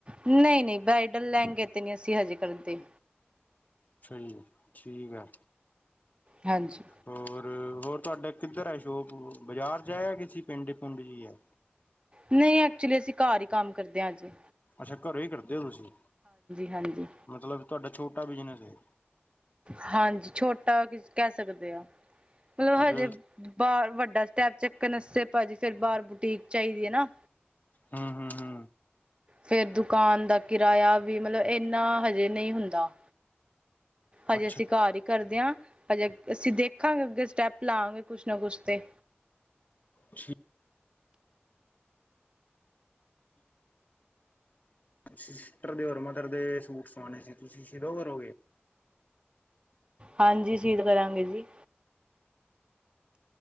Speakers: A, on the right; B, on the left.
A: ਨਈ-ਨਈ ਬਰਾਾਈਡਲ ਲੈਂਗੇ ਤੇ ਨੀ ਅਸੀਂ ਹਜੇ ਕਰਦੇ।
B: ਅੱਛਾ ਜੀ ਠੀਕ ਐ।
A: ਹਾਂਜੀ।
B: ਹੋਰ-ਹੋਰ ਤੁਹਾਡਾ ਕਿੱਧਰ ਐ ਸ਼ੋਪ ਬਾਜ਼ਾਰ ਚ ਐ ਕਿਸੀ ਪਿੰਡ ਪੁੰਡ ਚ ਈ ਐ
A: ਨਹੀਂ ਐਕਚੁਲੀ ਅਸੀਂ ਘਰ ਹੀ ਕੰਮ ਕਰਦੇ ਹਾਂ ਅਜੇ
B: ਅੱਛਾ ਘਰੋਂ ਹੀ ਕਰਦੇ ਹੋ ਤੁਸੀਂ
A: ਹਾਂਜੀ
B: ਮਤਲਬ ਤੁਹਾਡਾ ਛੋਟਾ ਬਿਜਨਸ ਹੈ।
A: ਹਾਂਜੀ ਛੋਟਾ ਕਹਿ ਸਕਦੇ ਹੋ। ਮਤਲਬ ਹਜੇ
B: ਅੱਛਾ
A: ਬਾਹਰ ਵੱਡਾ ਸਟੈਪ ਚੱਕਰ ਨੇ ਪਾਜੀ ਫਿਰ ਬਾਹਰ ਬੁਟੀਕ ਚਾਹੀਦੀ ਹੈ ਨਾ।
B: ਹੂੰ-ਹੂੰ-ਹੂੰ
A: ਫਿਰ ਦੁਕਾਨ ਦਾ ਕਿਰਾਇਆ ਵੀ ਮਤਲਬ ਇੰਨਾ ਹਜੇ ਨਹੀਂ ਹੁੰਦਾ। ਹਜੇ
B: ਅੱਛਾ
A: ਅਸੀਂ ਘਰ ਹੀ ਕਰਦੇ ਹਾਂ ਹਜੇ ਅਸੀਂ ਦੇਖਾਂਗੇ ਅੱਗੇ ਸਟੈਪ ਲਾਗੇ ਕੁਛ ਨਾ ਕੁਛ ਤੇ।
B: ਠੀਕ। ਸਿਸਟਰ ਦੇ ਹੋਰ ਮਦਰ ਦੇ ਸੂਟ ਸਵਾਣੇ ਸੀ ਤੁਸੀਂ ਸ਼ਿਦੋਕਰੋ ਗੇ।
A: ਹਾਂਜੀ ਸੀਦਾ ਕਰਾਂਗੇ ਜੀ।